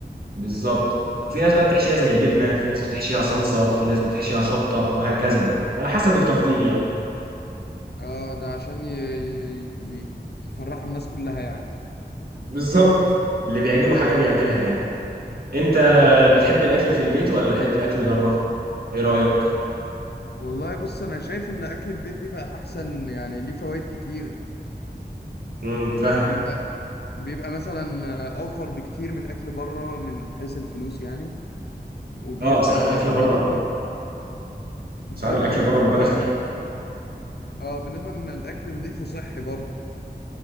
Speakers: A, on the right; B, on the left.
A: بالظبط وفي ناس بقى بتحشيها زي جبنه في ناس بتحشيها صلصه في ناس بتحشيها شطه وهكذا بقى على حسب التفضيل يعني
B: آه ده عشان ي... ي... ي- يفرح الناس كلها يعني
A: بالظبط اللي بيعجبه حاجه بيعملها يعني انت
B: آه
A: بتحب الاكل في البيت ولا حته اكل بره ايه رايك
B: والله بص انا شايف ان اكل البيت بيبقى احسن يعني ليه فوائد كتير
A: امم فاهم
B: بيبقى بيبقى مثلا اوفر بكتير من اكل بره من حيث الفلوس يعني وبيبقى
A: اه اسعار الاكل بره
B: بنضمن وبنضمن
A: اسعار الاكل
B: ان
A: بره
B: هو
A: مبالغ فيها
B: اه بنضمن ان الاكل نضيف وصحي برضه